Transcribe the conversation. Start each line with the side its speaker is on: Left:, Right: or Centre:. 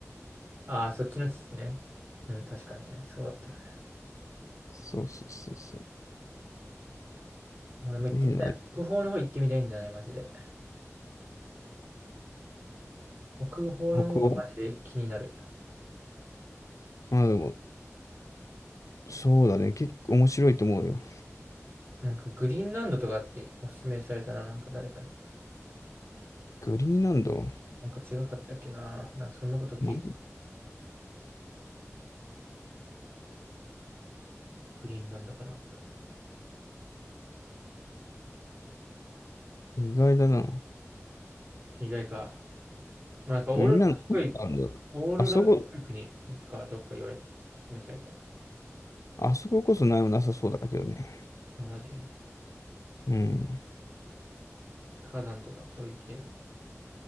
Right: ああ、そっちの父ね。うん、確かにね。そうだったよね。
Left: う。そうそうそうそう。っ
Right: 俺も行ってみたい。
Left: ていうのはあり、
Right: 北方の方行ってみたいんだよね、マジで。北方の方がマジで気になる。
Left: 北欧まあでも、そうだね。結構面白いと思うよ。
Right: なんかグリーンランドとかっておすすめされたな、なんか誰かに。
Left: グリーンランド。
Right: なんか違かったっけな。なんかそんなこと聞いた。
Left: ま
Right: グリーンランドかなんか。
Left: 意外だな。
Right: 意外か。まあなんかオーロラっぽい、
Left: グリーンランド、あるんだあそこ、
Right: オーロラっぽい国かどっか言われ、示された。
Left: あそここそ何もなさそうだけどね。
Right: あ、マジ
Left: うん。
Right: 火山とかそういう系の。